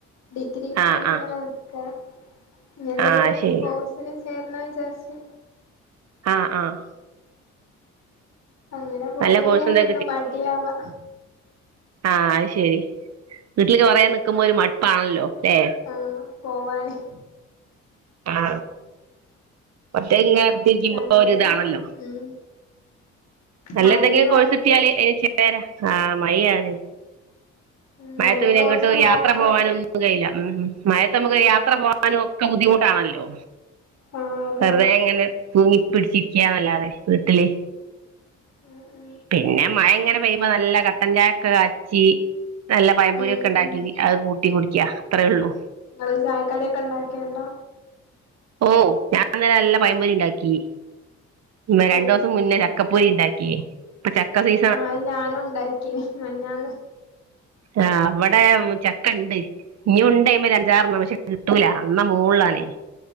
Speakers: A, on the left; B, on the right.
A: ഡിഗ്രി
B: ആഹ്
A: കഴിഞ്ഞിങ്ങനെ
B: ആഹ്
A: നിക്ക ഇനി എന്തെങ്കിലും
B: ആഹ് ശരി
A: കോഴ്സ് സ് ചേരണം വിചാരിച്ച്
B: ആഹ് ആഹ്
A: അങ്ങനെ പൊരേലിങ്ങനെ
B: നല്ല കോഴ്സ് എന്താ
A: നിന്ന് മടിയാവാ
B: ആഹ അത് ശെരി വീട്ടിലിങ്ങനെ കൊറേ നിക്കുമ്പോ ഒരു മടുപ്പാണല്ലോല്ലേ?
A: ആഹ് പോവാന്
B: ആഹ് ഒറ്റക്ക് ഇങ്ങനെ കുത്തിരിക്കുമ്പോ
A: നല്ല
B: ഒരിതാണല്ലോ?
A: എന്തേക്കും ഉം
B: നല്ല
A: മഴയും
B: എന്തെങ്കിലും കോഴസിട്ടിയാല്
A: ആയോണ്ട്
B: അതില് ചേരാ ആഹ് മയ ആണ്.
A: ഉം
B: മയത്ത്
A: നല്ല
B: പിന്നെ
A: കോഴ്സ്
B: എങ്ങോട്ടും ഒരു
A: നോക്കാണ്
B: യാത്ര പോകാനും പൊകാനും കയ്യൂല ഉം ഉം മയത്ത് നമ്മുക്ക് യാത്ര പോകാനും ഒക്കെ ബുദ്ധിമുട്ടാണല്ലോ?
A: ആഹ് അതന്നെ
B: വെറുതെ ഇങ്ങനെ തൂങ്ങി പിടിച്ചിരികാന്നല്ലാതെ വീട്ടില്
A: ഉം ഉം
B: പിന്നെ മഴ ഇങ്ങനെ പെയ്യുമ്പോ നല്ല കട്ടൻചായൊക്കെ കാച്ചി നല്ല പയംപൊരി
A: ഉം
B: ഒക്കെ ഉണ്ടാക്കി
A: ഉം
B: അത് കൂട്ടി കുടിക്ക അത്രേ ഉള്ളൂ.
A: നിങ്ങള് ചായക്കടിയൊക്കെ ഇണ്ടാക്കൽണ്ടോ?
B: ഓ ഞാൻ ഇന്നെല നല്ല പയംപൊരി ഇണ്ടാക്കി. ന്ന്‌ രണ്ടു
A: ഏഹ്
B: ദിവസം മുന്നേ ചക്കപ്പൊരി ഇണ്ടാക്കി ഇപ്പൊ ചക്ക സി
A: ആഹ് അത് ഞാനും ഉണ്ടാക്കീനി മിനിഞ്ഞാന്ന്.
B: ആഹ് ഇവിടെ ഉം ചക്കണ്ട് ഇഞ്ഞുണ്ടയ്മെ അഞ്ചാറെണ്ണം പക്ഷെ കിട്ടൂല നന്ന മോളിലാണെയ്